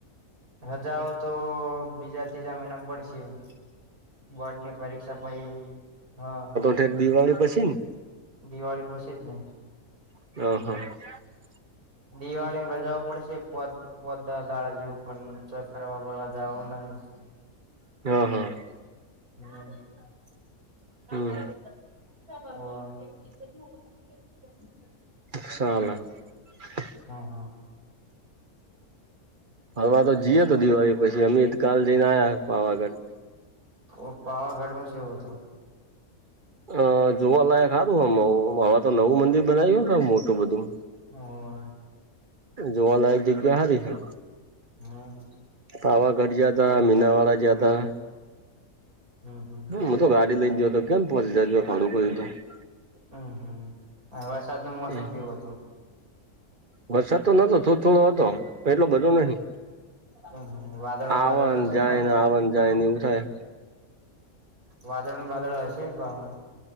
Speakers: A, on the right; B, on the right.
A: રજાઓ તો બીજા ત્રીજા મહિનામાં પડશે. બોર્ડ ની પરીક્ષા પહી હા.
B: ઠ દિવાળી પછી ને?
A: દિવાળી પછી જ નને.
B: <unintelligible>
A: દિવાળી રજાઓ પડસે પાચ <unintelligible> જેવું પણ તો ફરવા બરવા જવું નહી.
B: <unintelligible>
A: <unintelligible> <inaudible>
B: હમ <unintelligible>
A: <inaudible>
B: ફરવા તો જઈતો દિવાળી પછી અમી કાલ જઈને આયા પાવાગઢ.
A: ઓ પાવાગઢમાં જ એવો હતું.
B: અ જોવાલાયક સારું હમ હવે તો નવું મંદિર બનાવ્યું મોટું બધું.
A: <unintelligible>
B: જોવાલાયક જગ્યા હારી છે.
A: હમ.
B: પાવાગઢ ગયા હતા, મીનાવાડા જ્યા તા.
A: હમ, હમ.
B: હું તો ગાડી લઈને ગયો હતો કેમ. <unintelligible>
A: હમ, હમ વરસાદ નું મોસમ
B: કર્યું તું હમ
A: કેવું હતું?
B: વરસાદ તો નતો થોડ થોડો હતો એટલો બધો નહિ.
A: હમ વાદળ
B: આવન
A: બાદળ હશે
B: જાયને
A: પાહુ
B: આવન જાય ને એવું થાય.
A: વાદળ ને વાદળ હશે ને પાહુ.